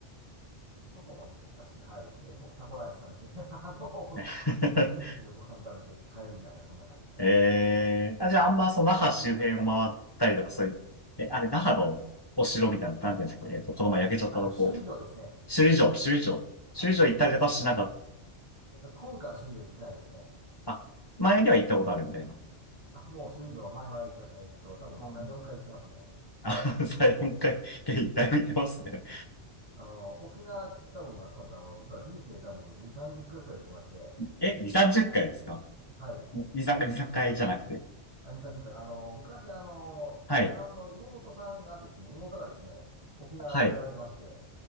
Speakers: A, on the right (about 25°); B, on the left (about 20°).
A: でそこも行ったし、はい。で、ごタコライス食べて、<laughs> あの、
B: <laughs>
A: 現地のご飯食べて帰るみたいな、そんな感じですね。
B: ええあ、じゃあ、あんま、その、那覇周辺を回ったりとか、そういう、え、あれ、那覇のお城みたいな、なんていうんですか、えっと、この前焼けちゃったとこ、
A: あと、首里城ですね。
B: 首里城、首里城、
A: はい。
B: 首里城行ったりとかしなかっ
A: えっと、今回は首里城行ってないですね。
B: た。あ、前には行ったことあるみたいな。
A: あ、もう首里城前は行きましたね。えっと、多分3、
B: あー、
A: 4回行ってますね。
B: あ最4回、一回見てますね。
A: あの、沖縄、多分、あ、そうなんです。あの、実は人生多分2、30回ぐらい行ってまして、
B: え、2、30回ですか
A: はい。
B: ?2、3回、2、3回じゃなくて。
A: あ、2、30回。あの、昔、あの、
B: はい、
A: 嫁はんの妹さんがですね、妹がですね、沖縄で働いてまして、
B: はい、